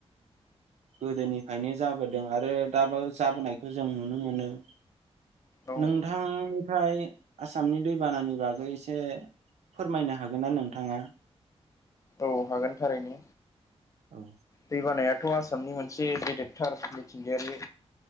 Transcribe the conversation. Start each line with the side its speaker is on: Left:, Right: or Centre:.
Right: गोदोनिफ्रायनो जाबोदों आरो दाबो जाबोनायखौ जों नुनो मोनो
Left: औ
Right: नोंथांनिफ्राय आसामनि दैबानानि बागै एसे फोरमायनो हागोन ना नोंथाङा
Left: औ हागोन थारैनो
Right: <inaudible>
Left: दै बानायाथ' आसामनि मोनसे गेदेरथार मिथिंगायारि